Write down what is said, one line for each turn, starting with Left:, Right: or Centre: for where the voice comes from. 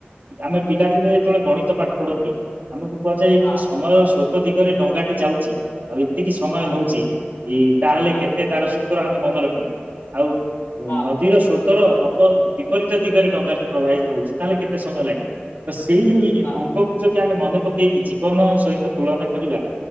Right: ଆମେ ପିଲାଦିନେ ଯେତେବେଳେ ଗଣିତ ପାଠ ପଢନ୍ତି। ଆମକୁ କୁହାଯାଏ
Left: ହଁ
Right: କି ସମୟ
Left: ହଁ
Right: ସ୍ରୋତ ଦିଗରେ ଡଙ୍ଗାଟି ଯାଉଛି, ଆଉ ଏତିକି ସମୟ
Left: ହଁ
Right: ନଉଛି, ତାହେଲେ
Left: ହଁ
Right: କେତେ ତାର ସୂତ୍ର ଆମେ ମନେ ରଖନ୍ତି ଆଉ
Left: ହଁ
Right: ନଦୀର ସ୍ରୋତର ବିପରୀତ ଦିଗରେ ଡଙ୍ଗା ଟି ପ୍ରବାହିତ ହଉଛି, ତାହେଲେ କେତେ ସମୟ ଲାଗିବ ତ ସେଇ?
Left: ହଁ
Right: ଅଙ୍କକୁ ଯଦି ଆମେ ମନେ ପକେଇକି ଜୀବନ ସହିତ ତୁଳନା କରିବା